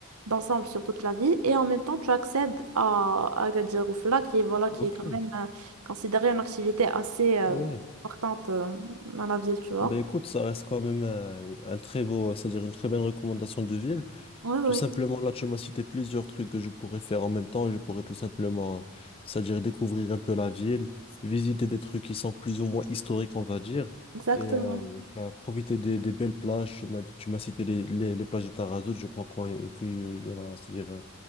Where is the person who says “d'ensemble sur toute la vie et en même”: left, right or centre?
Right